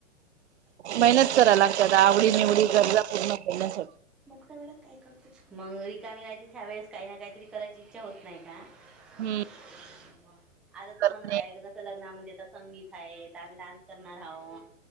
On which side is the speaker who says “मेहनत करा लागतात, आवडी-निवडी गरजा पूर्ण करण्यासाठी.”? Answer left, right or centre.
Right